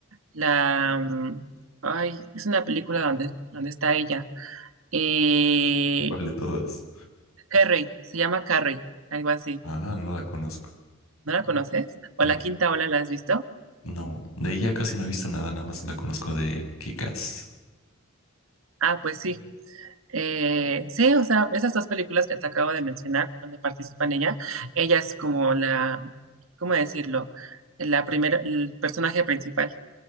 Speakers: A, on the right; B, on the left.
A: La, mm, ay, es una película donde, donde está ella. Eh,
B: ¿Cuál de todas?
A: Carrie, se llama Carrie, algo así.
B: Ah, no la conozco.
A: ¿No la conoces? ¿O
B: No,
A: La Quinta Ola la has visto?
B: no. De ella casi no he visto nada, nada más la conozco de Kikas.
A: Ah, pues sí. Eh, sí, o sea, esas dos películas que te acabo de mencionar, donde participa en ella, ella es como la, ¿cómo decirlo? La primera, el personaje principal.